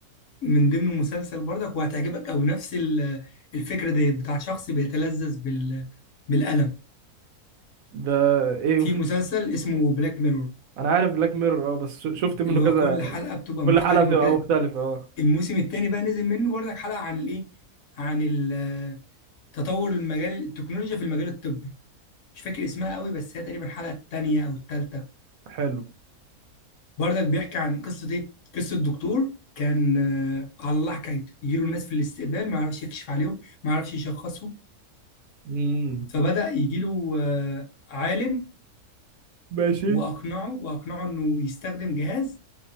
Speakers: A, on the left; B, on the right.
A: من ضمن المسلسل برضك وهتعجبك أوي نفس ال- الفكرة دي بتاع شخص بيتلذذ بال بالألم
B: ده ايه
A: في مسلسل اسمه بلاك ميرور
B: انا عارف بلاك ميرور اه بس ش- شفت منه
A: اللي
B: كذا
A: هو كل حلقة بتبقى
B: كل
A: مختلفة
B: حلقه بتبقى
A: وكده
B: مختلفه اه
A: الموسم التاني بقى نزل منه برضك حلقة عن الإيه عن ال- تطور المجال التكنولوجيا في المجال الطبي مش فاكر اسمها قوي بس هي تقريبا الحلقة التانية أو التالتة
B: حلو
A: برضك بيحكي عن قصة إيه قصة دكتور كان آه، على الله حكايته يجيله الناس في الاستقبال ما يعرفش يكشف عليهم ما يعرفش يشخصهم
B: امم
A: فبدأ يجي له آه، عالم
B: ماشي
A: وأقنعه وأقنعه إنه يستخدم جهاز